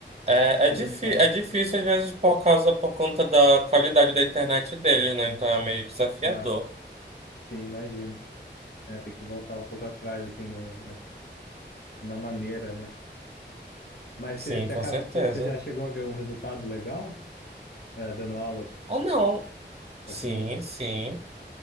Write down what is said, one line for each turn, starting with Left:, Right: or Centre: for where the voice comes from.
Right: É, é,
Left: interessante.
Right: difí é difícil às vezes por causa, por conta da qualidade da internet deles, né? Então é meio desafiador.
Left: Ah, sim, imagino. É, tem que voltar um pouco atrás, assim, na, na, na maneira, né? Mas
Right: Sim,
Left: você, você
Right: com
Left: acaba,
Right: certeza.
Left: você, você já chegou a ver um resultado legal, é, dando aula,
Right: Ah, não. Sim,
Left: assim,
Right: sim.